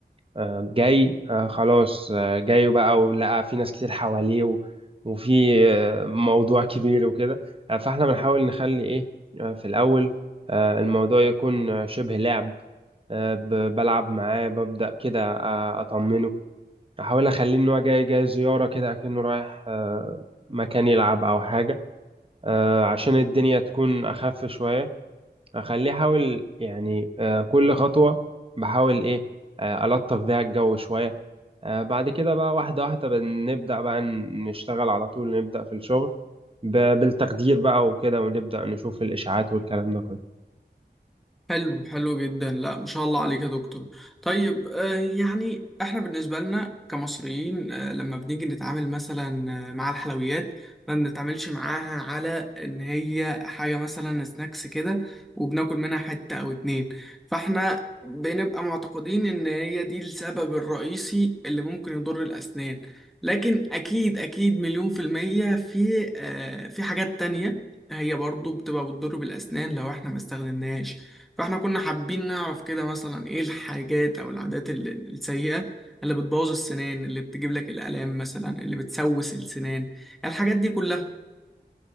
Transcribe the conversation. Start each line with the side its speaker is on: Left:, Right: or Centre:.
Right: آه جاي آه خلاص آه جاي بقى ولقى في ناس كتير حواليه و- وفي آه موضوع كبير وكده آه فإحنا بنحاول نخلي إيه آه في الأول آه الموضوع يكون آه شبه لعب آه ب- بلعب معاه ببدأ كده آه أطمنه أحاول أخليه إن هو جاي جاي زيارة كده أكنه رايح آه مكان يلعب أو حاجة آه، عشان الدنيا تكون أخف شوية أخليه أحاول يعني آه، كل خطوة بحاول إيه آه، ألطف بيها الجو شوية آه، بعد كده بقى واحدة واحدة بنبدأ بقى ن- نشتغل على طول نبدأ في الشغل ب- بالتقدير بقى وكده ونبدأ نشوف الإشاعات والكلام ده كله
Centre: حلو حلو جدا لا ما شاء الله عليك يا دكتور طيب آه، يعني احنا بالنسبة لنا كمصريين آه، لما بنيجي نتعامل مثلا آه، مع الحلويات ما بنتعاملش معاها على ان هي حاجة مثلا سناكس كده وبناكل منها حتة او اتنين فاحنا بنبقى معتقدين ان هي دي السبب الرئيسي اللي ممكن يضر الاسنان لكن اكيد اكيد مليون في المية في آه، في حاجات تانية هي برضو بتبقى بتضر بالأسنان لو احنا ما استخدمناهاش فاحنا كنا حابين نعرف كده مثلا ايه الحاجات او العادات ال- ال- السيئة اللي بتبوظ السنان اللي بتجيب لك الآلام مثلا اللي بتسوس السنان الحاجات دي كلها